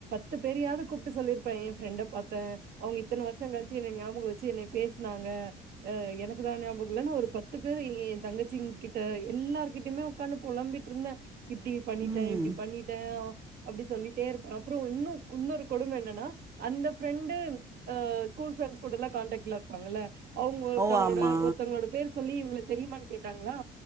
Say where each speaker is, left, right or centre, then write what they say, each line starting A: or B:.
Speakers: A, on the right (about 65°); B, on the right (about 15°).
A: <unintelligible> கூப்ட்டு சொல்லியிருப்பேன் என் ப்ரெண்டை பாத்தேன் அவங்க இத்தனை வருஷம் கழிச்சு என்னை ஞாபகம் வச்சு பேசுனாங்க எனக்குதான் ஞாபகம் இல்லன்னா ஒரு பத்து பேரு என் தங்கச்சி கிட்ட எல்லார்கிட்டயுமே உக்காந்து புழம்பிட்டு இருந்தேன் இப்டி பண்ணிட்டேன்
B: ம்.
A: இப்டி பண்ணிட்டேன் அப்டி சொல்லிட்டே இருப்பேன் அப்றோ இன்னும் இன்னொரு கொடும என்னன்னா அந்த ப்ரெண்டு அ ஸ்கூல் ப்ரண்ட்ஸ்க் கூடல்லாம் காண்டக்ட்ல இருப்பாங்கல்ல அவங்க ஒருத்தங்களோட
B: ஓ! ஆமா.
A: ஒருத்தங்களோட பேர் சொல்லி இவங்க தெரியுமான்னு கேட்டாங்களா